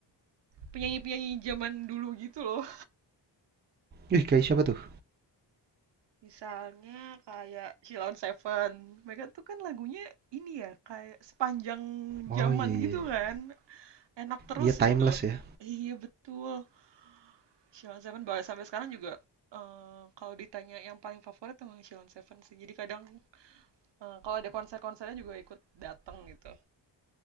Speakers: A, on the right (about 70°); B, on the right (about 25°).
A: penyanyi-penyanyi zaman dulu gitu loh.
B: Ih, kayak siapa tuh?
A: Misalnya kayak Sheila on Seven. Mereka tuh kan lagunya ini ya, kayak sepanjang
B: Oh
A: zaman
B: iya
A: gitu
B: iya.
A: kan. Enak terus
B: Iya Timeless
A: gitu.
B: ya.
A: Iya betul. Sheila on Seven bahkan sampai sekarang juga eh, kalau ditanya yang paling favorit emang Sheila on Seven sih. Jadi kadang Eh, kalau ada konser-konsernya juga ikut datang gitu.